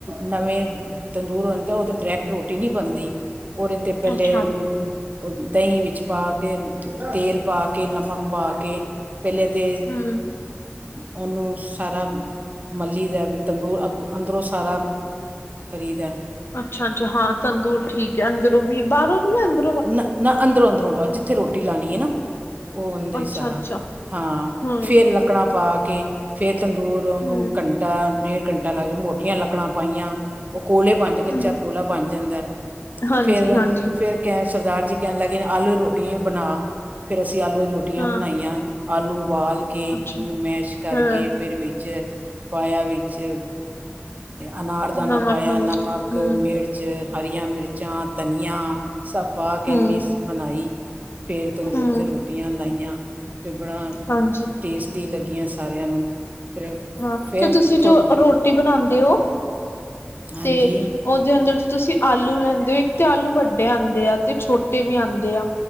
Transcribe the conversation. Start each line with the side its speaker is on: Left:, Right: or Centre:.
Right: ਨਵੇਂ ਤੰਦੂਰ ਹੋਂਦਾ ਉਹ ਤੇ ਡਾਇਰੈਕਟ ਰੋਟੀ ਨੀ ਬਣਦੀ। ਉਹਦੇ ਤੇ ਪਹਿਲੇ
Left: ਅੱਛਾ
Right: ਦਹੀਂ ਵਿੱਚ ਪਾਕੇ, ਤੇਲ ਪਾ ਕੇ, ਨਮਕ ਪਾਕੇ ਪਹਿਲੇ ਤੇ
Left: ਹਮ
Right: ਉਹਨੂੰ ਸਾਰਾ ਮਲ੍ਹੀ ਦਾ, ਤੰਦੂਰ ਅੱ, ਅੰਦਰੋਂ ਸਾਰਾ ਕਰੀਦਾ।
Left: ਅੱਛਾ-ਅੱਛਾ, ਹਾਂ, ਤੰਦੂਰ ਠੀਕ ਏ। ਅੰਦਰੋਂ ਵੀ, ਬਾਹਰੋਂ ਵੀ ਹੈ ਅੰਦ?
Right: ਨਾ-ਨਾ, ਅੰਦਰੋਂ-ਅੰਦਰੋਂ ਬਸ ਜਿੱਥੇ ਰੋਟੀ ਲਾਣੀਏ ਨਾ। ਉਹ ਹੁੰਦਾ ਹੀ
Left: ਅੱਛਾ
Right: ਸਾਰਾ,
Left: ਅੱਛਾ
Right: ਹਾਂ।
Left: ਹੂੰ,
Right: ਫੇਰ ਲੱਕੜਾਂ ਪਾਕੇ, ਫੇਰ ਤੰਦੂਰ ਉਹਨੂੰ
Left: ਹੂੰ,
Right: ਘੰਟਾ, ਡੇਢ ਘੰਟਾ ਲੱਗ ਜ ਮੋਟੀਆਂ ਲੱਕੜਾਂ ਪਾਈਆਂ, ਉਹ ਕੋਲੇ ਪ੍ਹੰਜ
Left: ਹੂੰ,
Right: ਕੱਚਾ ਕੋਲਾ ਬਣ ਜਾਂਦਾ,
Left: ਹਾਂਜੀ,
Right: ਫਿਰ,
Left: ਹਾਂਜੀ,
Right: ਫਿਰ ਕਹਿ ਸਰਦਾਰ ਜੀ ਕਹਿਣ ਲੱਗੇ ਆਲੂ ਰੋਟੀਆਂ ਬਣਾ! ਫਿਰ ਅਸੀ ਆਲੂ ਅਲਿਆ ਰੋਟੀਆਂ
Left: ਹਾਂ।
Right: ਬਣਾਈਆਂ। ਆਲੂ ਉਬਾਲਕੇ,
Left: ਅੱਛਾ।
Right: ਉਹਨੂੰ ਮੈਸ਼ ਕਰਕੇ
Left: ਹਾਂ,
Right: ਫਿਰ ਵੀ ਪਾਇਆ, ਵਿੱਚ ਅਨਾਰਦਾਨਾ
Left: ਨਮਕ,
Right: ਪਾਇਆ, ਨਮਕ,
Left: ਹੂੰ,
Right: ਮਿਰਚ ਵਿੱਚ ਹਰੀਆਂ ਮਿਰਚਾਂ, ਧਨੀਆ ਸਭ ਪਾਕੇ
Left: ਹੂੰ,
Right: ਮਿਸ ਬਣਾਈ। ਫਿਰ ਤੰਦੂਰ
Left: ਹੂੰ,
Right: ਤੇ ਰੋਟੀਆਂ ਲਾਈਆਂ, ਫਿਰ ਬੜਾ
Left: ਹਾਂਜੀ।
Right: ਟੇਸਟੀ ਲੱਗੀਆਂ ਸਾਰਿਆਂ ਨੂੰ, ਫਿਰ,
Left: ਹਾਂ,
Right: ਫਿਰ
Left: ਤੇ ਤੁਸੀਂ ਜੋ
Right: ਥੋ
Left: ਰੋਟੀ ਬਣਾਂਦੇ ਹੋ,
Right: ਹਾਂਜੀ
Left: ਤੇ ਉਹਦੇ ਅੰਦਰ ਤੇ ਤੁਸੀਂ ਆਲੂ ਲੈਂਦੇ ਹੋ, ਇੱਕ ਤੇ ਆਲੂ ਵੱਡੇ ਆਂਦੇ ਆ, ਤੇ ਛੋਟੇ ਵੀ ਆਉਂਦੇ ਆ।